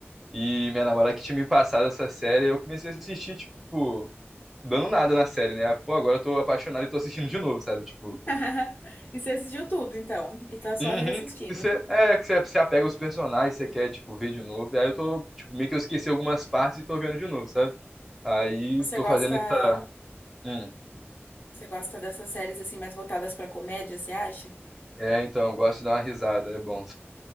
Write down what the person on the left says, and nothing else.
<laughs> E você assistiu tudo, então, e tá só
reassistindo.
Então você
gosta,
você gosta dessas séries assim mais voltadas pra comédia, você acha?